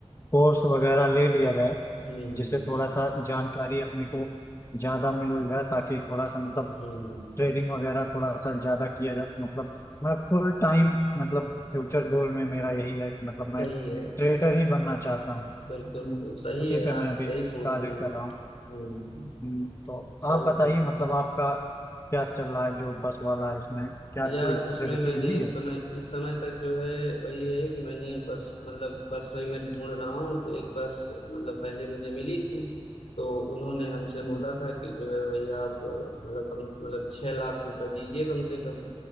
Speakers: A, on the left; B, on the left.
A: कोर्स वगैरह ले लिया जाए
B: हम्म
A: जिससे थोड़ा सा जानकारी अपने को ज्यादा मिल जाए ताकि थोड़ा सा मतलब
B: हम्म
A: ट्रेडिंग वगैरह थोड़ा सा ज्यादा किया जाए मतलब मैं फुल टाइम मतलब फ्यूचर गोल में मेरा यही है कि मतलब
B: सही
A: मैं
B: है
A: ट्रेडर ही बनना चाहता हूँ
B: बिल्कुल
A: हम्म,
B: बिल्कुल सही
A: उसी
B: है
A: पे
B: यार
A: मैं अभी
B: सही सोच
A: कार्य
B: में है
A: कर
B: हम्म
A: रहा हूँ हम्म, तो आप
B: सही
A: बताइए
B: सोच
A: मतलब आपका क्या चल रहा है जो बस वाला है उसमें क्या
B: यार
A: कोई
B: उसमें
A: प्रगति
B: मैंने
A: हुई
B: इस
A: है
B: समय इस समय तक जो है वही है कि मैंने बस मतलब बस वही मैं ढूंढ रहा हूँ तो एक बस मतलब पहले मुझे मिली थी तो उन्होंने हमसे बोला
A: हम्म,
B: था कि जो है भाई आप अ, मतलब कम मतलब छह लाख रुपए दीजिए कम से कम